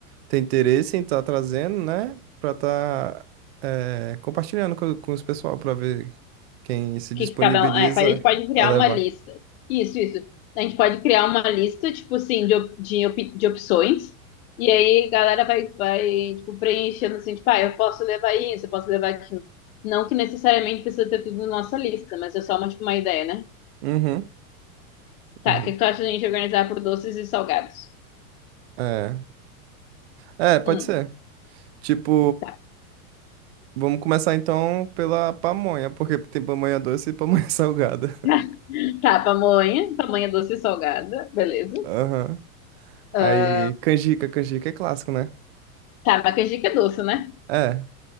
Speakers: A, on the right; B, on the left.
A: tem interesse em estar trazendo, né? Pra estar compartilhando com, com os pessoal para ver quem se
B: que
A: disponibiliza
B: cada um. É, a gente pode criar
A: a levar.
B: uma lista. Isso, isso. A gente pode criar uma lista, tipo assim, de, op- de, op- de opções. E aí a galera vai, vai, tipo, preenchendo assim, tipo, ah, eu posso levar isso, eu posso levar aquilo. Não que necessariamente precisa ter tudo na nossa lista, mas é só uma, tipo, uma ideia, né?
A: Uhum,
B: Tá,
A: uhum.
B: o que que tu acha da gente organizar por doces e salgados?
A: É. É, pode
B: Hum,
A: ser. Tipo,
B: tá.
A: vamos começar então pela pamonha, porque tem pamonha doce e pamonha <laughs> salgada.
B: <laughs> Tá, pamonha, pamonha doce e salgada, beleza.
A: Aham.
B: Ah,
A: Aí, canjica, canjica é clássico, né?
B: Tá, mas canjica é doce, né?
A: É.